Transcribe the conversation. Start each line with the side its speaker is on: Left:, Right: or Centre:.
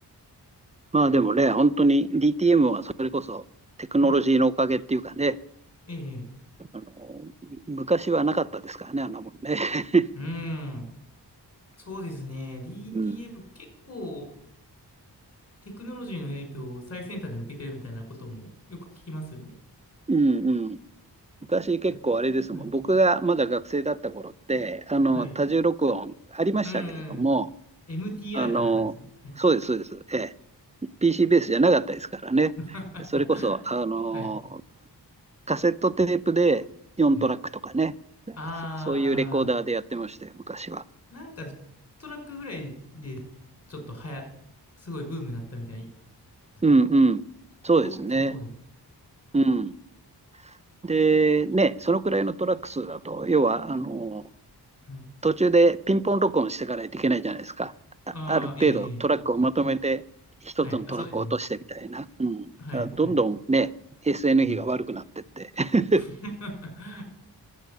Right: まあでもね、本当に DTM はそれこそテクノロジーのおかげっていうかね、
Left: はい。ええ。
Right: あの、昔はなかったですからね、あんなもんね。<laughs>
Left: うーん。そうですね。DTM
Right: うん。
Left: 結構テクノロジーの影響を最先端で受けてるみたいなこともよく聞きますよね。
Right: <laughs> うんうん。昔結構あれですもん。
Left: やっぱはい。
Right: 僕がまだ学生だった頃って、あの、
Left: はい。
Right: 多重録音ありましたけれども、
Left: うん、うん。MTR
Right: あの、
Left: かなんかですよね。はい。
Right: そうです、そうです。ええ。PC ベースじゃなかったですからね。
Left: <laughs>
Right: でそれこそ、あの、
Left: はい。
Right: カセットテープで4トラックとかね。
Left: はい。あ
Right: そそういうレコーダーでやってましたよ、昔は。
Left: ー、なんかトラックぐらいでちょっと流行、すごいブームになったみたいですけど、
Right: うんうん。そうですね。
Left: と、その当時。
Right: うん。で、ね、そのくらいのトラック数だと、要は、あの、
Left: はい。
Right: 途中でピンポン録音してからいといけないじゃないですか。あ、
Left: ああ、
Right: ある程度トラックをまとめて、
Left: ええ、ええ。
Right: 一つのトラックを落としてみたいな。
Left: はい。あ、そうですね。
Right: うん。だからどんどんね、
Left: はい、はい。
Right: SN
Left: うん。
Right: 比が悪くなってって、<laughs>
Left: <laughs>